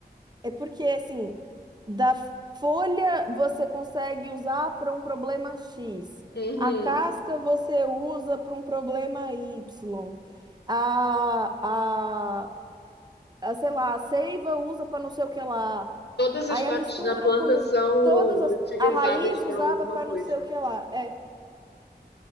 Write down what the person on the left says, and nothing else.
uhum.
Todas
as partes
da planta
são
utilizáveis
para
alguma
coisa.